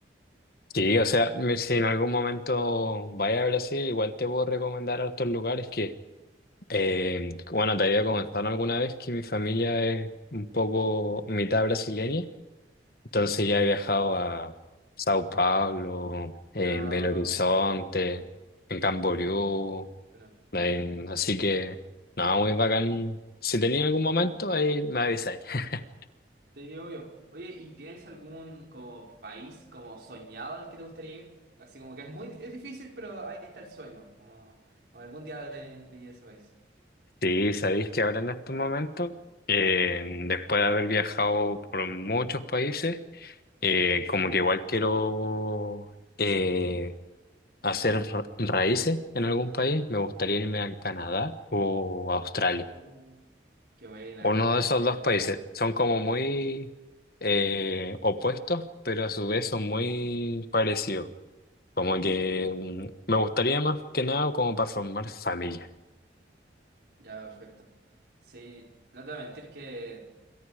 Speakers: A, on the left; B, on the right.
A: sí, o sea, me- si en algún momento vaya a Brasil, igual te puedo recomendar a otros lugares que, eh, bueno, te había comentado alguna vez que mi familia es un poco mitad brasileña, entonces ya he viajado a Sao Paulo, en
B: Ah,
A: Belo Horizonte,
B: buena.
A: en Camboriú,
B: Mm, Bueno.
A: en- así que, nada, muy bacán. Si tenía algún
B: Qué
A: momento,
B: buena.
A: ahí me avisáis. <laughs>
B: Te digo yo. Oye, ¿y tienes algún como país como soñado al que te gustaría ir? Así como que es muy, es difícil, pero ahí está el sueño, como o algún día de, de ir a ese país.
A: Sí, sabéis que ahora en estos momentos, eh, después de haber viajado por muchos países, eh, como que igual quiero eh, hacer ra- raíces en algún país, me gustaría irme a Canadá o a Australia.
B: No. Qué buena,
A: Uno de esos
B: qué buena.
A: dos países son como muy eh, opuestos, pero a su vez son muy parecidos. Como que mm, me gustaría más que nada como para formar familia.
B: Ya, perfecto. Sí, no te voy a mentir que